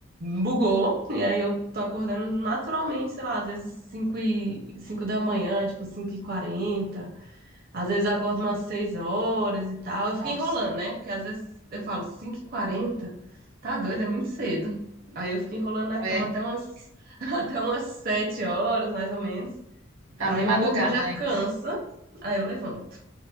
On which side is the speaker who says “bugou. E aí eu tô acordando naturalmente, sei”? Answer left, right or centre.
Right